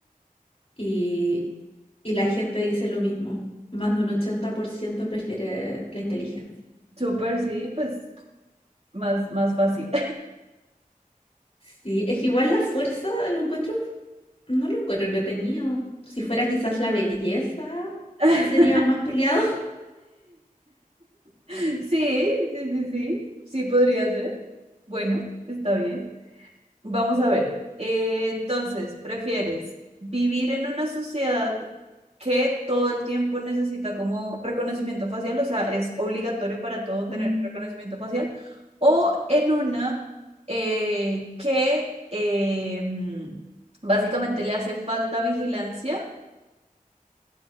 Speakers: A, on the left; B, on the right.
A: Y, y la gente dice lo mismo. Más de un 80% prefiere la inteligencia.
B: Súper, sí, pues más, más fácil.
A: Sí, es que igual la fuerza lo encuentro No lo encuentro entretenido. Si fuera quizás la belleza,
B: <laughs>
A: sería más peleado.
B: Sí, sí, sí, sí. Sí podría ser. Bueno, está bien. Vamos a ver. eh, entonces, ¿prefieres vivir en una sociedad que todo el tiempo necesita como reconocimiento facial? O sea, es obligatorio para todo tener
A: Mm,
B: reconocimiento facial. O en una eh, que eh, mm, básicamente le hace falta vigilancia.